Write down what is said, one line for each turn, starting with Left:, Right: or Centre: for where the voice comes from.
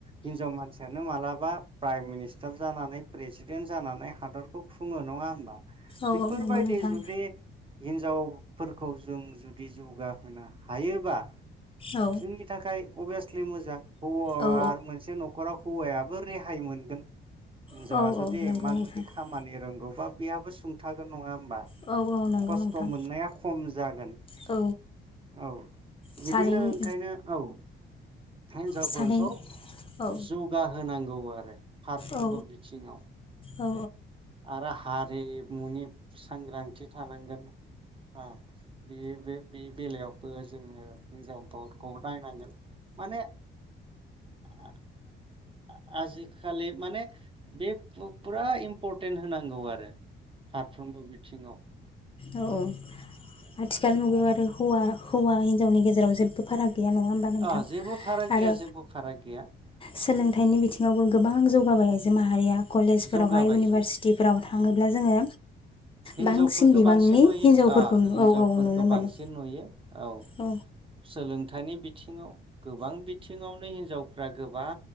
Right: हिनजाव मानसियानो मालाबा प्राइम मिनिस्टार जानानै प्रेसिडेन्ट जानानै हादर खौ खुङो नङा होमबा?
Left: औ
Right: बेफोरबायदि
Left: औ नंगौ नोंथां
Right: जुदि हिन्जावफोरखौ जों जुदि जौगाहोनो हायोबा
Left: औ
Right: जोंनि थाखाय अभियासलि मोजां। औअ
Left: औ
Right: आरो मोनसे न'खराव हौवाया बो रेहाय मोनगोन। हिन्जावा
Left: औ औ
Right: जुदि
Left: औ नंगौ
Right: इमान
Left: नोंथां
Right: जुदि खामानि रोंगौ बा बेहाबो सुंथागोन नङा होमबा?
Left: औ औ नंगौ
Right: खस्थ'
Left: नोंथां
Right: मोननाया खम जागोन,
Left: औ
Right: औ
Left: सानैनि
Right: बिदिनो खायनो औ। हेन्जावफोरखौ
Left: सानै औ
Right: जौगाहोनांगौ। गौ आरो। फारफ्रोमबो
Left: औ
Right: बिथिङाव
Left: औ
Right: आरो हार रिमुनि सांग्रांथि थानांगोन। आ बियो बे बे बेलायावबो जोङो हिनजाव खौ दायनांगोन माने आ-आजिखालि माने बे पु-पुरा इम्परटेन्ट होनांगौ आरो। फारफ्रोमबो बिथिङाव।
Left: औ औ। थिखाल मुगायाव आरो हौवा हौवा हिन्जावनि गेजेराव जेब्बो फाराग गैया नङा होनबा नोंथां
Right: अ जेबो फाराग गैया
Left: आरो
Right: जेबो फाराग गैया
Left: सोलोंथाइनि
Right: उम
Left: बिथिङावबो गोबां जौगाबाय आइजो माहारिया। कलेजफोरावहाय
Right: जौगाबाय
Left: इउनिभारसिटिफोराव थाङोब्ला जोङो
Right: हिनजावफोर
Left: बांसिन
Right: बेखौ
Left: बिबांनि
Right: बांसिन नुयो
Left: हिन्जावफोरखौ
Right: आ हिनजावफोरखौ
Left: औ औ नुनो मोनो
Right: बांसिन नुयो। औ सोलों
Left: औ
Right: सोलोंथाइनि बिथिङाव गोबां बिथिङावनो हिनजावफ्रा गोबां